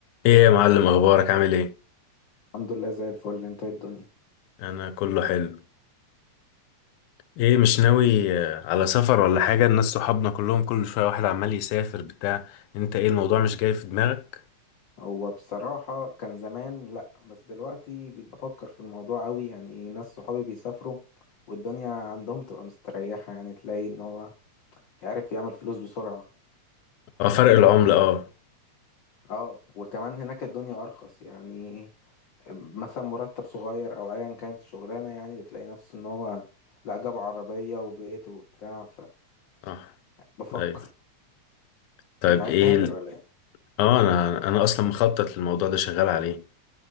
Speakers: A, on the left; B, on the left.
A: ايه يا معلم اخبارك عامل ايه
B: الحمد لله زي الفل انت ايه الدنيا
A: انا كله حلو ايه مش ناوي آه، على سفر ولا حاجه الناس صحابنا كلهم كل شويه واحد عمال يسافر بتاع انت ايه الموضوع مش جاي في دماغك
B: هو بصراحة كان زمان لأ بس دلوقتي بقيت بفكر في الموضوع أوي يعني ناس صحابي بيسافروا والدنيا عندهم تبقى مستريحة يعني تلاقي إن هو يعرف يعمل فلوس بسرعة فبفكر
A: اه فرق العمله اه
B: اه وكمان هناك الدنيا أرخص يعني مثلا مرتب صغير أو أيا كانت الشغلانة يعني بتلاقي نفسه إن هو لأ جاب عربية وبيت وبتاع
A: صح
B: فبفكر
A: ايوه طيب
B: انت عايز
A: ايه
B: تهاجر
A: ال-
B: ولا ايه؟
A: اه انا انا اصلا مخطط للموضوع ده شغال عليه